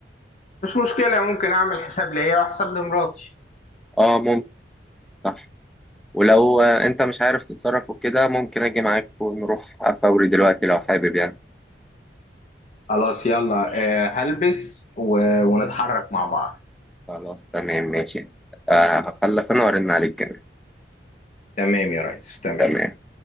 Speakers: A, on the left; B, in the centre.
A: مش مشكلة ممكن اعمل حساب ليا وحساب لمراتي
B: اه ممكن صح ولو آه، انت مش عارف تتصرف وكده ممكن اجي معاك ونروح فوري دلوقتي لو حابب يعني
A: خلاص يلا آه هلبس و... ونتحرك مع بعض
B: خلاص تمام ماشي آه، هخلص انا وارن عليك كمان
A: تمام يا ريس تمام
B: تمام